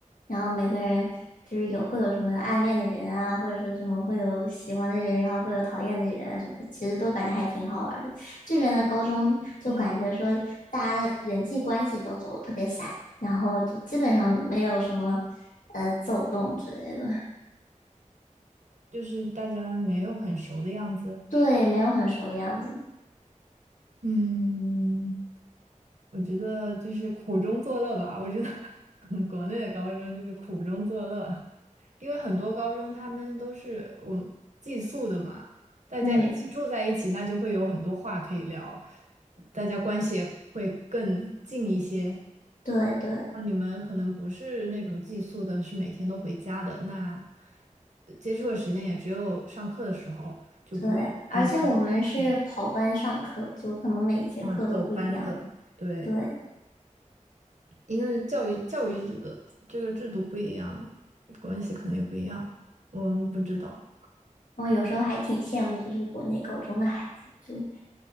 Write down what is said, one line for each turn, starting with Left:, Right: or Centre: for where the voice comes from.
Left: 然后每个人就是有会有什么暗恋的人啊，或者说什么会有喜欢的人，然后会有讨厌的人啊什么的其实都感觉还挺好玩的。这边的高中就感觉说大家的人际关系都走的特别散，
Right: 嗯。
Left: 然后就基本上没有什么呃走动之类的，
Right: 就是大家没有很熟的样子。
Left: 对，
Right: 是
Left: 没有很熟的样子。
Right: 嗯，我觉得就是苦中作乐吧。我觉得 <laughs> 嗯国内的高中就是苦中作乐，因为很多高中他们都是我们寄宿的嘛，大家一起住在一起，
Left: 嗯，
Right: 那就会有很多话可以聊，大家关系也会更近一些。
Left: 对对
Right: 那你们可能不是那种寄宿的，是每天都回家的，那接触的时间也只有上课的时候，就不会很亲近。
Left: 对，而且我们是跑班上课，
Right: 嗯。
Left: 就可能每一节课都不一样。
Right: 啊，走班的，对，
Left: 对，
Right: 因为教育教育制的这个制度不一样，关系可能也不一样，我们不知道。
Left: 我有时候还挺羡慕，就是国内高中的孩子，就